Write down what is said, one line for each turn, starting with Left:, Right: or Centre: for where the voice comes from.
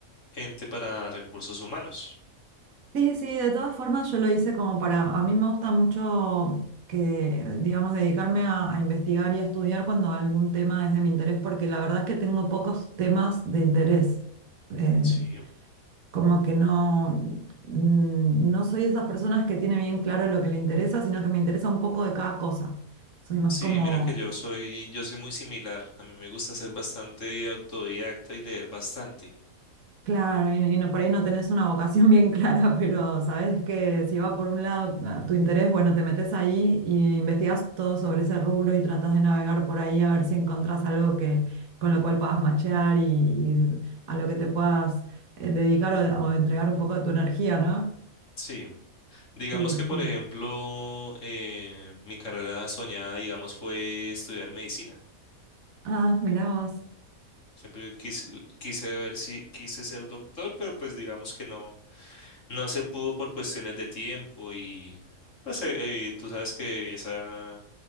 Left: gente para recursos humanos.
Right: Sí, sí, de todas formas yo lo hice como para, a mí me gusta mucho que, digamos, dedicarme a, a investigar y a estudiar cuando algún tema es de mi interés, porque la verdad es que tengo pocos temas de interés. Eh,
Left: Sí,
Right: como que no, mm, no soy de esas personas que tiene bien claro lo que le interesa, sino que me interesa un poco de cada cosa. Soy más
Left: sí,
Right: como
Left: mira que yo soy, yo soy muy similar. A mí me gusta ser bastante autodidacta y leer bastante.
Right: Claro, y, y no, por ahí no tenés una vocación bien clara, pero sabes que si va por un lado ah, tu interés, bueno, te metes ahí y investigas todo sobre ese rubro y tratas de navegar por ahí a ver si encontrás algo que, con lo cual puedas machear y, y a lo que te puedas eh, dedicar o, o entregar un poco de tu energía, ¿no?
Left: Sí. Digamos
Right: Sí,
Left: que, por
Right: sí.
Left: ejemplo, eh, mi carrera soñada, digamos, fue estudiar medicina.
Right: Ah, mirá vos.
Left: Siempre quise, quise ver si quise ser doctor, pero pues digamos que no, no se pudo por cuestiones de tiempo y pues eh, eh, tú sabes que esa,